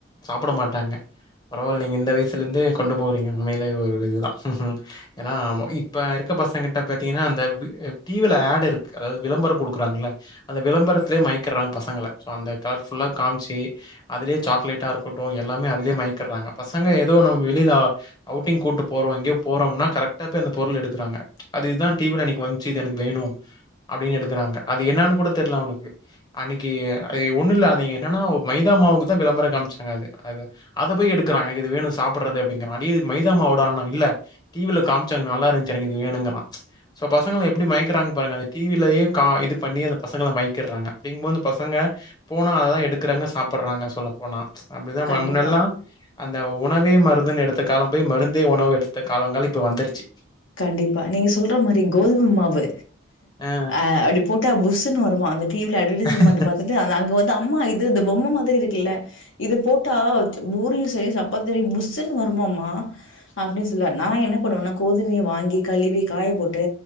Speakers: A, on the left; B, on the left.
A: சாப்ட மாட்டாங்க பரவால்லைங்க இந்த வயசுலருந்தே கொண்டு போறீங்க உண்மையில இது ஒரு இதுதா ஏனா ம இப்ப இருக்க பசங்கட்ட பாத்தீங்கன்னா அந்த வி அ டி வி ல அட் இருக்கு அதாவது விளம்பரோ குடுக்குறாங்கல்ல அந்த விளம்பரத்துலே மயக்கிறாங்க பசங்கள சோ அந்த கலர்ஃபுல்லா காமிச்சி அதுலயே சாக்லேட்டா இருக்கட்டு எல்லாமே அதுலே மயக்கிறாங்க பசங்க ஏதோ நம் வெளிலா அவுட்டிங் கூட்டு போறோ எங்கோ போறோம்னா கரெக்டா போய் அந்த பொருள எடுக்கிறாங்க அது இதா டி வி ல அன்னைக்கு வந்துச்சி இது எனக்கு வேணு அப்டின் எடுக்குறாங்க அது என்னானு கூட தெர்ல அவனுக்கு அன்னைக்கு அய் ஒண்ணு இல்ல நீங்க என்னன்னா ஒ மைதா மாவுக்கு தா விளம்பறோ காமிச்சாங்க அது அது அத போய் எடுக்கிறா எனக்கு இது வேண சாப்புட்டுறது அப்பிடிங்கறா டெய் இது மைதா மாவுடான்ன இல்ல டி வி ல காமிச்சாங்க நல்லா இருந்துச்சு எனக்கு இது வேணுங்கிறா சோ பசங்கள எப்டி மயக்கறாங் பாருங்க அந்த டி வி லேயே கா இது பண்ணி அந்த பசங்கள மயக்கிட்றாங்க அப்டிங்கபோ அந்த பசங்க போனா அததா எடுக்குறாங்க சாப்புட்றாங்க சொல்ல போனா அப்டிதா மா
B: கண்டிப்பா.
A: முன்னால்லா அந்த உணவே மருந்துன்னு எடுத்த காலோ போய் மருந்தே உணவு எடுத் த காலங்கள் இப்ப வந்துருச்சு
B: கண்டிப்பா நீங்க சொல்ற மாரி கோதும மாவு
A: ஆ.
B: அ அடிப் போட்டா புஸ்ஸுன்னு வருமா அந்த டிவில அட்வெடைஸ்மென்ட்
A: ஆ.
B: பாத்துட்டு ஆனா அங்க வந்து அம்மா இது இந்த பொம்ம மாரி இருக்குல்ல இது போட்டா பூரியு சய் சப்பாத் சரி புஸ்ஸுனு வருமாமா அப்டி சொல்வா நா என்ன பண்ணுவேனா கோது மை வாங்கி கழுவி காய போட்டு